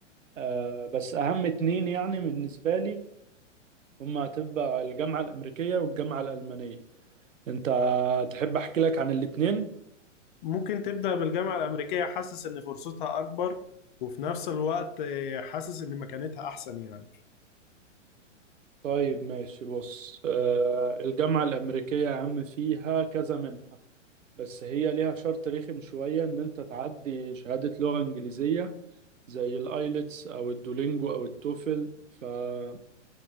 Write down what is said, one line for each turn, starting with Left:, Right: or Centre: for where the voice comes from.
Right: آه، بس اهم اتنين يعني بالنسبة لي هما هتبقى الجامعة الامريكية والجامعة الالمانية انت تحب احكي لك عن الاتنين
Left: ممكن تبدأ بالجامعة الأمريكية حاسس إن فرصتها أكبر وفي نفس الوقت آه، حاسس إن مكانتها أحسن يعني
Right: طيب ماشي بص آه، الجامعة الأمريكية يا عم فيها كذا منحة بس هي ليها شرط رخم شوية إن أنت تعدي شهادة لغة إنجليزية زي الآيلتس أو الدولينجو أو التوفل فأنت